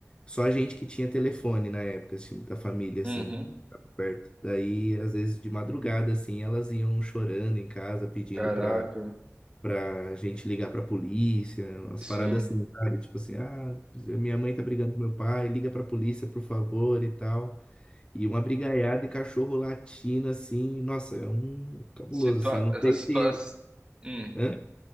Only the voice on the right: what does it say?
Uhum.
Caraca.
Sim.
Situa
essa
situação.
Hum.